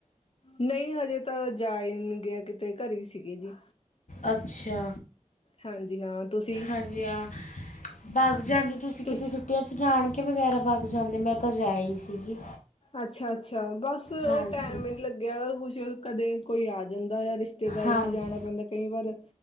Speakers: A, on the left (about 50°); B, on the left (about 80°).
A: ਨਹੀਂ, ਹਜੇ ਤਾਂ ਜਾ ਹੀ ਗਿਆ ਕਿਤੇ, ਘਰੇ ਸੀਗੇ ਜੀ।
B: ਅੱਛਾ,
A: ਹਾਂਜੀ ਹਾਂ ਤੁਸੀਂ
B: ਹਾਂਜੀ ਹਾਂ। ਬਾਰ ਜਾਨ ਦੀ ਤੁਸੀਂ
A: ਤੁਸ
B: ਕਿਤੀ ਛੁੱ ਅਸੀ ਨਾਨਕੇ ਵਗੈਰਾ ਜਾਂਦੇ ਮੈਂ ਤਾਂ ਜਾਇ ਹੀ ਸੀਗੀ।
A: ਅੱਛਾ-ਅੱਛਾ, ਬਸ ਉਹ
B: ਹਾਂਜੀ
A: ਟੈਮ ਹੀ ਨੀ ਲੱਗਿਆ ਕੁਛ ਕਦੇ ਕੋਈ ਆ ਜਾਂਦਾ ਰਿਸ਼ ਰਿਸ਼ਤੇਦਾਰੀ
B: ਹਾਂਜੀ
A: ਚ ਜਾਣਾ ਪੈਂਦਾ ਕਈ ਵਾਰ,